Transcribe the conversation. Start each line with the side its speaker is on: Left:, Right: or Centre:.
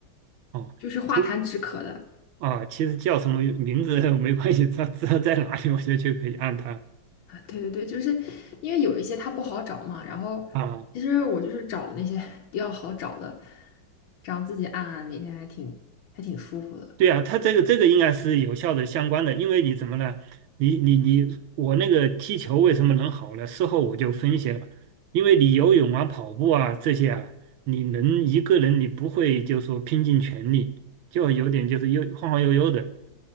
Right: 哦，
Left: 就是化痰止渴的。
Right: 其啊，其实叫什么名字 <laughs> 没关系，它知道在哪里我就去可以按它
Left: 啊对对对，就是因为有一些它不好找嘛，然后其实我就是找那些
Right: 啊。
Left: <laughs> 比较好找的，这样自己按按，每天还挺还挺舒服的。
Right: 对啊，他这个这个应该是有效的相关的，因为你怎么了？你你你，我那个踢球为什么能好呢？事后我就分析了，因为你游泳啊、跑步啊这些啊，你能一个人你不会就说拼尽全力，就有点就是悠晃晃悠悠的。